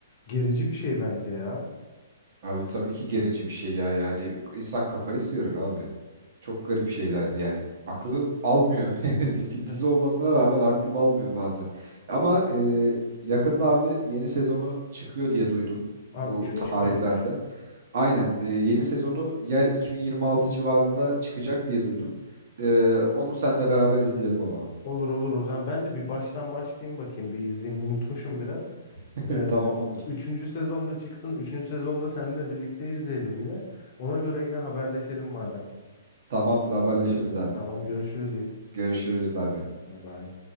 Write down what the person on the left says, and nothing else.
gerici bir şey bence ya.
<laughs>
Aa
üç mü
çıkıyormuş?
Olur olur o zaman ben de bir baştan başlayayım bakayım. Bir izleyeyim. Unutmuşum biraz.
Ee,
üçüncü sezonda çıksın. Üçüncü sezonda seninle birlikte izleyelim yine. Ona göre yine haberleşelim madem.
Tamam görüşürüz. Yiğit.
Bay bay.